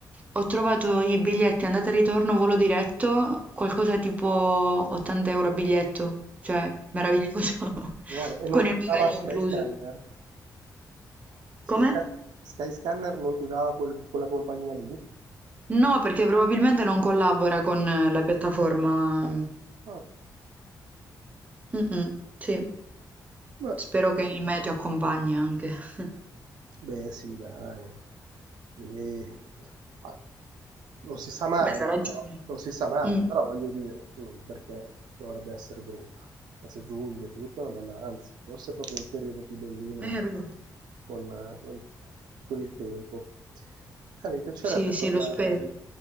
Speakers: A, on the right; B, on the right.
A: Ho trovato i biglietti andata e ritorno volo diretto, qualcosa tipo 80 euro a biglietto, cioè meraviglioso, <laughs>
B: Buono. E non
A: con il
B: ti
A: bagaglio
B: dava Skyscanner?
A: incluso.
B: Skysca-
A: Come?
B: Skyscanner non ti dava quel- quella compagnia lì?
A: No, perché probabilmente non collabora con eh, la piattaforma.
B: Ah,
A: Mm-mm, sì,
B: beh,
A: spero che il meteo accompagni anche. <laughs>
B: beh, sì, dai. Sì. Ah, non si sa mai,
A: Beh, sarà
B: però,
A: giusto.
B: non si sa mai,
A: Mm.
B: però voglio dire, mm, perché dovrebbe essere brutto. Adesso è giugno e tutto è una bella, anzi, forse è proprio il periodo più bellino
A: Eh, proprio.
B: con, eh, con- con il tempo. Eh, mi piacerebbe
A: Sì,
B: tornare
A: sì, lo spero.